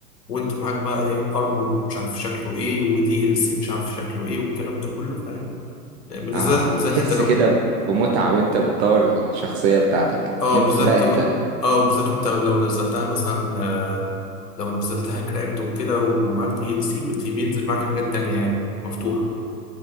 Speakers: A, on the left (about 70°); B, on the right (about 40°).
A: وانت معاك بقى ايه ارمور مش عارف شكله ايه ودي ال سي مش عارف شكله ايه والكلام ده كله فاهم بالذات
B: اه
A: بالذات
B: بتحس
A: انت لو
B: كده بمتعه وانت بتطور الشخصيه بتاعتك
A: اه
B: إن انت
A: بالذات
B: ده انت
A: وانت اه بالذات وانت لو نزلتها مثلا آه، لو نزلتها كراكد وكده ومعاك دي ال سي بينزل معاك حاجات تانية يعني مفتوحة